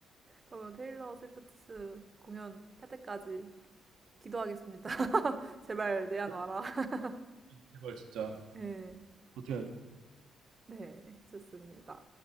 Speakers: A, on the right (about 30°); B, on the right (about 80°).
A: 그러면 테일러 스위프트 공연 할 때까지 기도하겠습니다. <laughs> 제발 내한
B: 어?
A: 와라. <laughs>
B: 제발 진짜
A: 네,
B: 어떻게 해야
A: 네, 좋습니다.